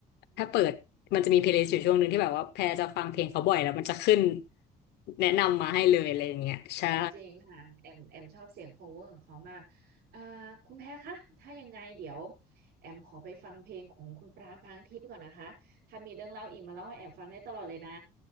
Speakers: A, on the right; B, on the left.
A: อืม
B: ถ้าเปิดมันจะมีเพลย์ลิสต์อยู่ช่วงหนึ่งที่แบบว่าแพรจะฟังเพลงเขาบ่อยแล้วมันจะขึ้นแนะนำมาให้เลยอะไรอย่างเงี้ยใช่
A: อืม จริงค่ะแอมแอมชอบเสียง cover ของเขามากอ่าคุณแพ้คะถ้ายังไงเดี๋ยวแอมขอไปฟังเพลงของคุณปรางพรางทิพย์ก่อนนะคะถ้ามีเรื่องเล่าอีกมาเล่าให้แอมฟังได้ตลอดเลยนะ